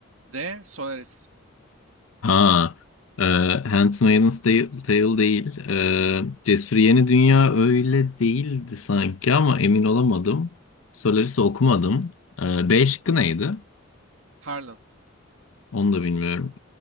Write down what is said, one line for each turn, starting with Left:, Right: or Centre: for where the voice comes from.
Right: D. Solaris.
Left: Ha, e, Handmaid's Tale, Tale değil. E, Cesur Yeni Dünya öyle değildi sanki ama emin olamadım. Solaris'i okumadım. E, B şıkkı neydi?
Right: Harland.
Left: Onu da bilmiyorum.